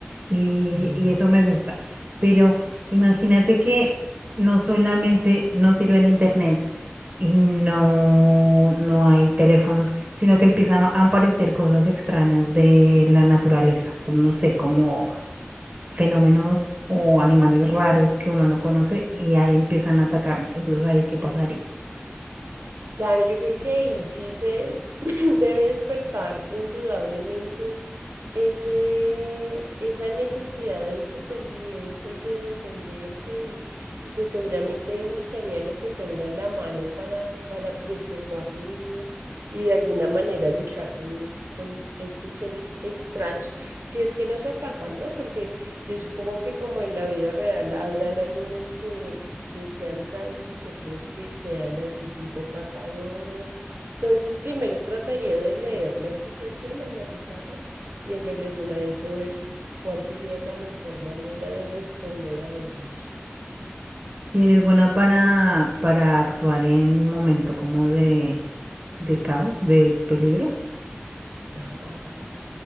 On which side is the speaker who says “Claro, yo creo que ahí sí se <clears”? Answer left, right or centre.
Right